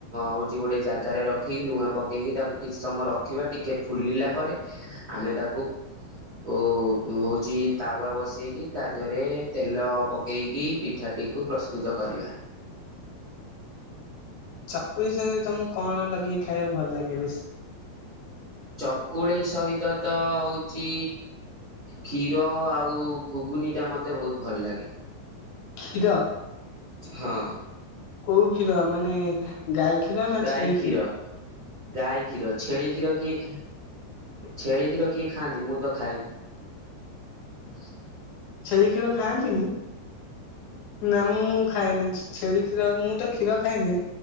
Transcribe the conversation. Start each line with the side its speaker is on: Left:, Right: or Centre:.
Right: ହଉଛି ଗୋଟେ ଜାଗାରେ ରଖିକି ଲୁଣ ପକାଏକି ତାକୁ କିଛି ସମୟ ଟିକ ଫିଲା ପରେ ଆମେ ତାକୁ ଓ ହଉଛି ତାୱା ବସେଇକି ତା ଦେହରେ ତେଲ ପକେଇକି ପିଠାଟିକୁ ପ୍ରସ୍ତୁତ କରିବା।
Left: ଚକୁଲି ସାଙ୍ଗରେ ତମକୁ କଣ ଲଗେଇି ଖାଇବାକୁ ଭଲ ଲାଗେ ବେଶୀ?
Right: ଚକୁଳି ସହିତ ତ ହଉଚ କ୍ଷୀର ଆଉ ଘୁ କୁନି ଟା ମତେ ବହୁତ ଭଲ ଲାଗେ।
Left: କ୍ଷୀର
Right: ହଁ।
Left: କୋଉ କ୍ଷୀର ମାନେ ଗାଈ କ୍ଷୀର ନା
Right: ଗାଈ
Left: ଛେଳି
Right: କ୍ଷୀର ଗାଈ କ୍ଷୀର ଛେଳି କ୍ଷୀର କିଏ ଖା ଛେଳିକ୍ଷୀର କିଏ ଖାଆନ୍ତି ମୁଁ ତ ଖାଇନି।
Left: ଛେଳି କ୍ଷୀର ଖାଆନ୍ତିନି ନା ମୁଁ ଖାଇଏନି ଛଳି କ୍ଷୀର ମୁଁ ତ କ୍ଷୀର ଖାଇନି